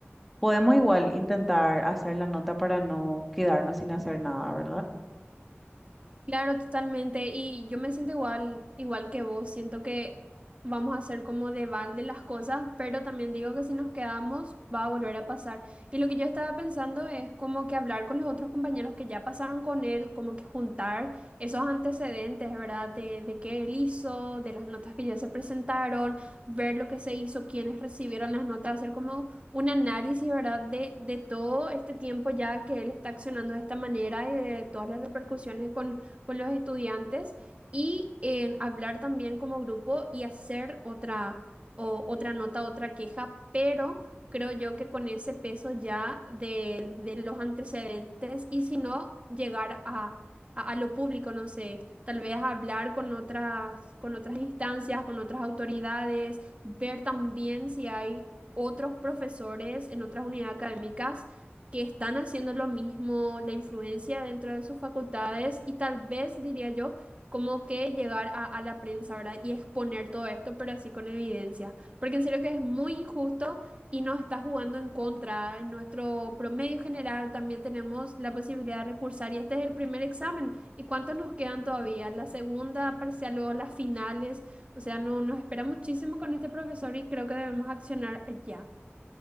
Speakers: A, in the centre; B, on the right.
A: Podemos igual intentar hacer la nota para no quedarnos sin hacer nada, ¿verdad?
B: Claro, totalmente. Y yo me siento igual, igual que vos. Siento que vamos a hacer como de balde las cosas, pero también digo que si nos quedamos va a volver a pasar. Y lo que yo estaba pensando es como que hablar con los otros compañeros que ya pasaron con él, como que juntar esos antecedentes, ¿verdad? De, de qué él hizo, de las notas que ya se presentaron, ver lo que se hizo, quiénes recibieron las notas, hacer como un análisis, ¿verdad? De, de todo este tiempo ya que él está accionando de esta manera y de todas las repercusiones con con los estudiantes y en hablar también como grupo y hacer otra, o, otra nota, otra queja, pero creo yo que con ese peso ya de, de los antecedentes y si no, llegar a, a, a lo público, no sé, tal vez hablar con otras, con otras instancias, con otras autoridades, ver también si hay otros profesores en otras unidades académicas que están haciendo lo mismo, la influencia dentro de sus facultades y tal vez, diría yo, como que llegar a, a la prensa, ¿verdad? Y exponer todo esto, pero así con evidencia. Porque en serio que es muy injusto y nos está jugando en contra. En nuestro promedio general también tenemos la posibilidad de recursar y este es el primer examen. ¿Y cuántos nos quedan todavía? La segunda parcial, luego las finales. O sea, no, nos espera muchísimo con este profesor y creo que debemos accionar ya.